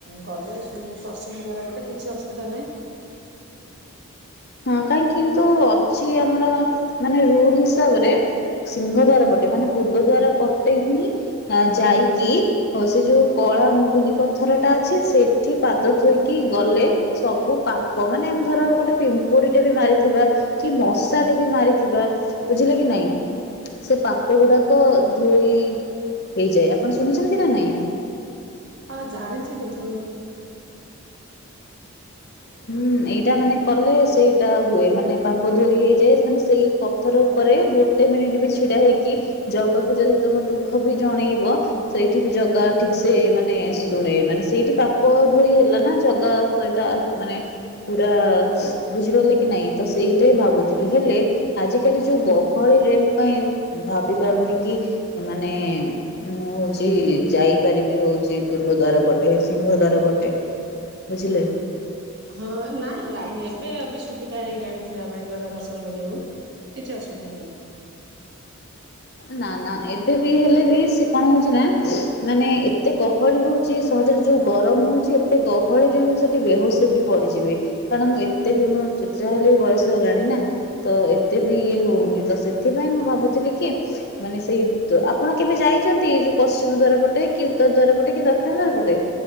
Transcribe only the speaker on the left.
ହଁ କାହିଁକି କିନ୍ତୁ ଅଛି ଆମର ମାନେ ରୁଲ ହିସାବରେ ସିଂହ ଦ୍ୱାର ପଟେ ମାନେ ପୂର୍ବ ଦ୍ୱାର ପଟେ ହିଁ ଯାଇକି ହଉ ସେ ଯୋଉ କଳା ମୁଗୁନି ପଥର ଟା ଅଛି ସେଠି ପାଦ ଥୋଇକି ଗଲେ ସବୁ ପାପ ପ ମାନେ ଧର ଗୋଟେ ପିମ୍ପୁଡି ଟେ ବି ମାରିଥିବା, କି ମଶା ଟେ ବି ମାରିଥିବା ବୁଝିଲେ କି ନାଇଁ ସେ ପାପ ଗୁଡାକ ଧୋଇ ହେଇଯାଏ, ଆପଣ ଶୁଣିଛନ୍ତି ନା ନାଇଁ।
ହୁଁ ଏଇଟା ମାନେ କଲେ ସେଇଟା ହୁଏ, ମାନେ ପାପ ଧୋଇ ହେଇଯାଏ, ମାନେ ସେଇ ପଥର ଉପରେ ଗୋ ଗୋଟେ ମିନିଟ୍ ବି ଛିଡା ହେଇକି ଜଗାକୁ ଯଦି ତମ ଦୁଃଖ ବି ଜଣେଇବ ସେଇଠି ବି ଜଗା ଠିକ ସେ ମାନେ ଶୁଣେ, ମାନେ ସେଇଠି ପାପ ଧୋଇ ହେଲା ନା। ଜଗା ସହିତ ମାନେ ପୁରା ବୁଝିପାରିଲେ କି ନାଇଁ ତ ସେଇଟା ହିଁ ଭାବୁଥିଲି ହେଲେ ଆଜିକାଲି ଯୋଉ
ଗହଳିରେ ମୁଁ କାହିଁ ଭାବି ପାରୁନି କି ମାନେ ମୁଁ ହଉଛି ଯାଇପାରିବି ହଉଛି ପୂର୍ବ ଦ୍ୱାର ପଟେ ସିଂହ ଦ୍ୱାର ପଟେ। ବୁଝିଲେ।
ନା ନା ଏବେ ବି ହେଲେ ବି ସେ କଣ ହଉଛି ନା ମାନେ ଏତେ ଗହଳି ହେଉଛି ସହଜରେ ଯୋଉ ଗରମ ହେଉଛି ଏତେ ଗହଳିରେ ମୁଁ ସେଇଠି ବେହୋସ ହେଇକି ପଡ଼ିଯିବି। କାରଣ ମୁଁ ଏତେ ବି ମୁଁ ଯେତେ ଯାହା ହେଲେ ବି ବୟସ ହେଲାଣି ନା। ତ ଏତେ ବି ଇଏ ହଉନି, ତ ସେଥିପାଇଁ ମୁଁ ଭାବୁଥିଲି କି ମାନେ ସେଇ ଆପଣ କେବେ ଯାଇଛନ୍ତି ଯୋଉ ପଶ୍ଚିମ ଦ୍ୱାର ପଟେ, କି ଉତ୍ତର ଦ୍ୱାର ପଟେ, କି ଦକ୍ଷିଣ ଦ୍ଵାର ପଟେ।